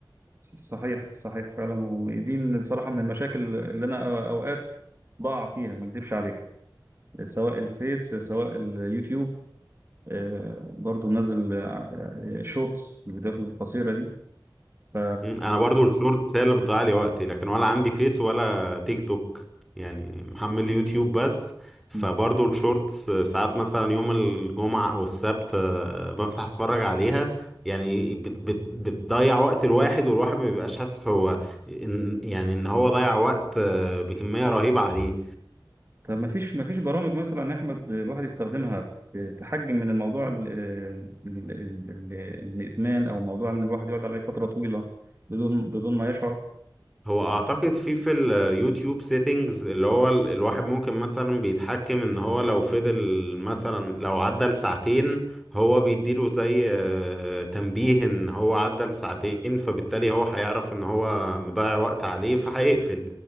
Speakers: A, on the right (about 30°); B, in the centre.
A: صحيح صحيح فعلا ودي من صراحة من المشاكل اللي أنا أو- أوقات بقع فيها ما أكدبش عليك سواء الفيس سواء اليوتيوب آه، برضو نازل آه، شورتس الفيديوهات القصيرة دي ف
B: مم، انا برضو الشورتس هي اللي بتضيع لي وقتي لكن ولا عندي فيس ولا تيك توك يعني محمل يوتيوب بس فبرضو
A: م.
B: الشورتس ساعات مثلا يوم الجمعة او السبت آه، بفتح اتفرج عليها يعني بت بت بتضيع وقت الواحد والواحد ما بيبقاش حاسس هو إن يعني ان هو ضيع وقت آه، بكمية رهيبة عليه
A: طب ما فيش ما فيش برامج مثلا يا أحمد الواحد يستخدمها ت- تحجم من الموضوع ال- آه، ال- ال- ال- الإدمان أو موضوع إن الواحد يقعد عليه فترة طويلة بدون بدون ما يشعر
B: هو اعتقد في في اليوتيوب سيتنجز اللي هو ال- الواحد ممكن مثلا بيتحكم ان هو لو فضل مثلا لو عدى لساعتين هو بيديله زي آه، تنبيه ان هو عدى لساعتين فبالتالي هو هيعرف ان هو مضيع وقت عليه فهيقفل